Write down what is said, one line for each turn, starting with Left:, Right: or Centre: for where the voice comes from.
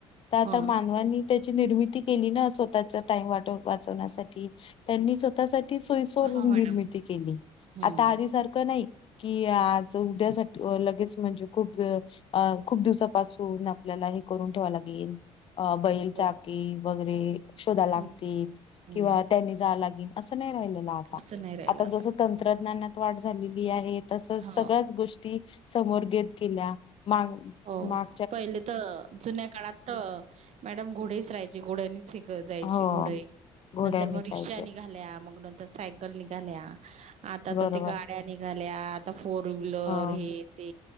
Left: त आता
Right: हां.
Left: मानवांनी त्याची निर्मिती केली ना स्वतःचा टाईम वाट वाचवण्यासाठी त्यांनी स्वतःसाठी सोय सोर
Right: हां
Left: निर्मिती
Right: मॅडम.
Left: केली
Right: हं.
Left: आता आधी सारख क नाय की आज
Right: हां.
Left: उद्यासाठी लगेच म्हणजे खूप अ अ खूप दिवसापासून आपल्याला हे करून ठेवाव लागेन अ बैलचाकी
Right: हो.
Left: वगैरे शोधा लागतील.
Right: हं, हं.
Left: किंवा हा त्यांनी जाआ लागिन असं नाय राहिलेलं आता
Right: असं नाही राहिलं
Left: आता जस तंत्रज्ञान वाढ झालेली आहे तसच
Right: हो.
Left: सगळ्याच गोष्टी समोर गेत गेल्या माळु
Right: हो.
Left: मात
Right: पहिले त जुन्या काळात त मॅडम घोडेच राहायचे घोड्यानी शिक जायची
Left: हो
Right: घोड
Left: घोड्यानी
Right: नंतर म रिक्षा
Left: जायचे
Right: निघाल्या मग नंतर सायकल निघाल्या आता
Left: बरोबर
Right: त ते गाड्या निघाल्या आता फोर व्हीलर
Left: हो.
Right: हे ते